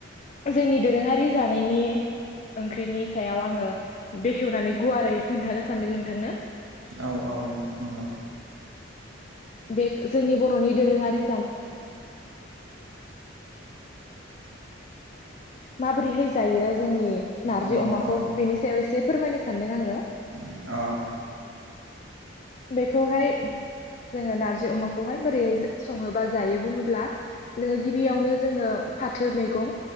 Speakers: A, on the left (about 35°); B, on the right (about 80°).
A: जोंनि दोरोंङारि जानायनि। ओंख्रिनि सायाव आंङो बेखेवनानै गुवारै खोन्थानो सान्दों नोंथांनो।
B: औ औ। नंगौ
A: बेख जोंनि ब। बर'नि दोरोंङारि। माबोरैहाय जायो जोंनि नारजि
B: औ
A: अमाखौ
B: अ
A: बेनि सायाव एसे फोरमायनो सानदों आंङो।
B: उम्म अ।
A: बेखौहाय जोंङो नारजि अमाखौहाय। बोरैय संङो बा जायो बुंङोब्ला नोंङो गिबियावनो जोंङो फाथो मैगं।